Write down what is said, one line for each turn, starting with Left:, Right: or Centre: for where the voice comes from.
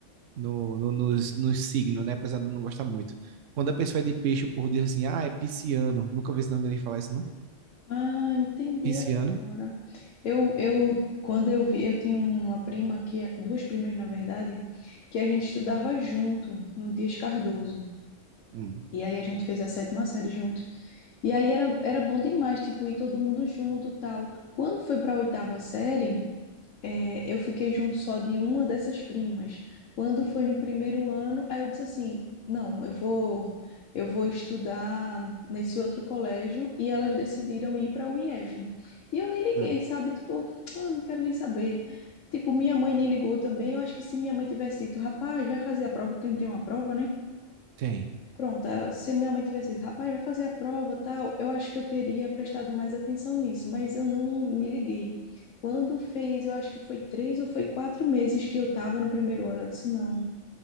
Right: no, no, nos, nos signos, né? Apesar de eu não gostar muito. Quando a pessoa é de peixe, o povo diz assim, ah, é pisciano. Nunca vi esse nome ninguém falar isso, não?
Left: Ah, entendi
Right: Pisciano?
Left: agora. Eu, eu, quando eu vi, eu tinha uma prima que, duas primas, na verdade, que a gente estudava junto no Dias Cardoso.
Right: Hum,
Left: E aí a gente fez a sétima série juntos. E aí era, era bom demais, tipo, ir todo mundo junto, tal. Quando foi para a oitava série, é, eu fiquei junto só de uma dessas primas. Quando foi no primeiro ano, aí eu disse assim, não, eu vou, eu vou estudar nesse outro colégio e elas decidiram ir para o IF. E eu nem liguei,
Right: Hum,
Left: sabe? Tipo, <tsk> ah, não quero nem saber. Tipo, minha mãe nem ligou também. Eu acho que se minha mãe tivesse dito, rapaz, vai fazer a prova porque não tem uma prova, né?
Right: tem.
Left: Pronto, ah, se minha mãe tivesse dito, rapaz, vai fazer a prova, tal, eu acho que eu teria prestado mais atenção nisso, mas eu não me liguei. Quando fez, eu acho que foi três ou foi quatro meses que eu estava no primeiro ano, eu disse, não,